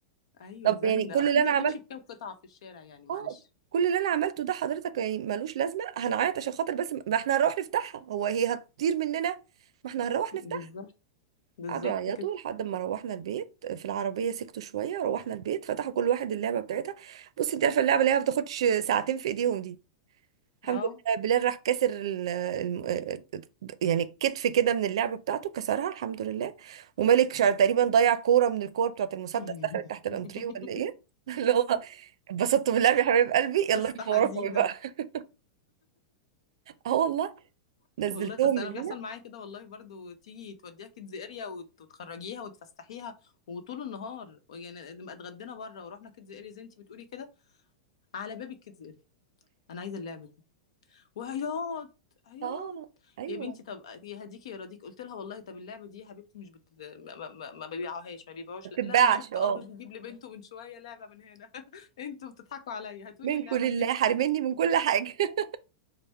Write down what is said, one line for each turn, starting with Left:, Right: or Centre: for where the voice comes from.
Left: ايوه
Right: طب
Left: زن
Right: يعني كل
Left: اصل
Right: اللي
Left: انت
Right: انا
Left: هتمشي
Right: عملته
Left: بكام قطعة في الشارع يعني معلش
Right: اه كل اللي انا عملته ده حضرتك يعني ملوش لازمة هنعيط عشان خاطر بس ما احنا هنروح نفتحها هو هي هتطير مننا ما احنا هنروح
Left: بالظبط
Right: نفتحها
Left: بالظبط
Right: قعدوا يعيطوا
Left: كده
Right: لحد ما روحنا البيت في العربية سكتوا شوية روحنا البيت فتحوا كل واحد اللعبة بتاعتها بص انت عارفة اللعبة اللي هي ما بتاخدش ساعتين في ايديهم دي الحمد
Left: اه
Right: لله بلال راح كسر ال ال يعني كتف كده من اللعبة بتاعته كسرها الحمد لله وملك شعر تقريبا ضيع كورة من الكور بتاعت المسدس
Left: <laughs>
Right: دخلت تحت الانتريه ولا ايه <laughs> اللي هو اتبسطت باللعب يا حبيب قلبي يلا
Left: قصة
Right: انتوا
Left: حزينة
Right: وراكم ايه بقى <laughs> اه والله نزلتهم
Left: والله قصة
Right: من
Left: أنا بيحصل
Right: هنا
Left: معايا كده والله برضو تيجي توديها كيدز اريا وت- وتخرجيها وتفسحيها وطول النهار يعني نبقى اتغدينا بره ورحنا كيدز اريا زي انت بتقولي كده على باب الكيدز اريا أنا عايزة اللعبة وعياط عياط
Right: اه ايوه
Left: يا بنتي طب يهديكي يرضيك قلت لها والله طب اللعبه دي يا حبيبتي مش بت... ما, ما, ما ما بيبيعوهاش ما بيبيعوش
Right: ما بتتباعش
Left: لا. لا انا شفت
Right: اه
Left: اب بيجيب لبنته من شويه لعبه من هنا <laughs> انتوا بتضحكوا عليا هاتوا
Right: من
Left: لي اللعبه
Right: كل الله
Left: دي
Right: حرمني من كل حاجة